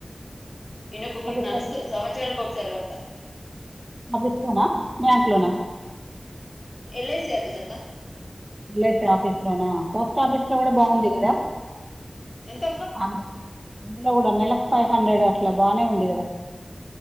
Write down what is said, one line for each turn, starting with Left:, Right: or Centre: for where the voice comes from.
Left: ఇయనొక్కొక్కటి
Right: ఆఫీస్లో
Left: నడుస్తుంది. సంవత్సరానికోక్కసారి కడుత
Right: ఆఫీసులోనా బ్యాంక్లోనా
Left: ఎల్ ఐ సి ఆఫీస్ ఆక్కా
Right: ఎల్ ఐ సి ఆఫీస్ లోనా పోస్ట్ ఆఫీస్ లో కూడా బాగుంది కదా
Left: ఎంత
Right: అందులో కూడా నెలకు ఫైవ్ హండ్రెడ్ అట్లా బానే ఉంది కదా